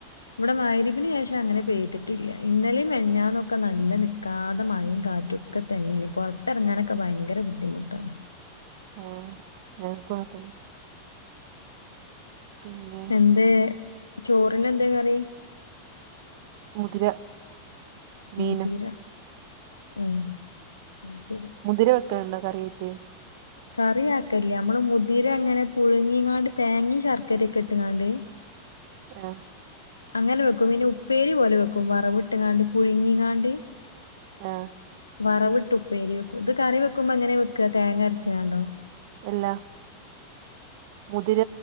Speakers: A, on the left; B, on the right.
A: ഇവടെ മഗ്‌രിബിന് ശേഷം അങ്ങനെ പെയ്തിട്ടില്ല ഇന്നലെയും മെനിഞ്ഞാന്നൊക്കെ നല്ല നിൽക്കാതെ മഴയും കാറ്റും ഒക്കെ തന്നെയാണ് പുറത്തിറങ്ങാനൊക്കെ ഭയങ്കര ബുദ്ധിമുട്ടാണ്
B: ആഹ് ഞങ്ങൾക്കുങ്ങതന്നെ പിന്നെ
A: എന്തേ ചോറിന് എന്തേ കറി?
B: മുതിര മീനും
A: മുതിര ഉം അഅ്ശരി
B: മുതിര വെക്കല്ണ്ടോ കറിയായിറ്റ്?
A: കറിയാക്കലില്ല നമ്മൾ മുതിര ങ്ങനെ പുഴുങ്ങീങ്ങാണ്ട് തേങ്ങേം ശർക്കരയൊക്കെ ഇട്ട്ങ്ങാണ്ട്
B: ആഹ്
A: അങ്ങനെ വെക്കും പിന്നെ ഉപ്പേരി പോലെ വെക്കും വറവിട്ട്ങ്ങാണ്ട് പുഴുങ്ങിങ്ങാണ്ട്
B: ആഹ്
A: വറവിട്ട് ഉപ്പേരി വെക്കും ഇത് കറി വെക്കുമ്പോ എങ്ങനെ വെക്കാ തേങ്ങ അരച്ച്ങ്ങാണ്ടോ?
B: ഇല്ല മുതിര